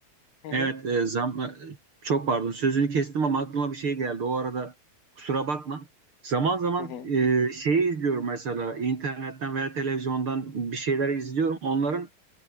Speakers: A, on the left; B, on the right.
A: Hı hı,
B: Evet, e, zam e, çok pardon sözünü kestim ama aklıma bir şey geldi. O arada kusura bakma. Zaman zaman
A: hı hı.
B: e, şeyi izliyorum mesela internetten veya televizyondan bir şeyler izliyorum. Onların